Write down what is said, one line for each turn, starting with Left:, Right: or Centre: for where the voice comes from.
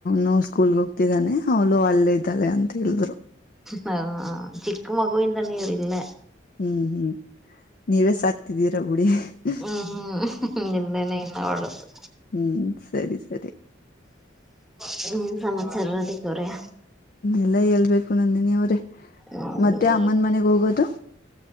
Left: ನನ್ ಸ್ಕೂಲ್ಗೆ ಹೋಗತಿದ್ದಾನೆ ಅವಲೋ ಅಲ್ಲೇ ಇದ್ದಳೆ ಅಂತ ಹೇಳಿದ್ರು
Centre: ಹಾ ಚಿಕ್ಕ ಮಗುವನ್ ತನ್ನೆ ಇವರು ಇಲ್ಲ
Left: ಹ್ಮ್ ಹ್ಮ್ ನೀವೇ ಸಾಕ್ತಿದ್ದೀರಾ ಪುಡಿ <inaudible>
Centre: ಹ್ಮ್ ಇಲ್ಲೇನೆ ಇನ್ನ ಒಳ್ಳದು
Left: ಹ್ಮ್ ಸರಿ ಸರಿ
Centre: ಹ್ಮ್ ಸಮಮಾಚಾರ ಅದಕ್ಕೆ ಹೊರೆಯ
Left: ಎೆಲ್ಲ ಹೇಳ್ಬೇಕು ಂದಿನಿ ಅವ್ರೆ
Centre: ಹ್ಮ
Left: ಮದ್ಯಾೆ ಅಮ್ಮನ ಮನೆಗ್ ಹೋಗೋದು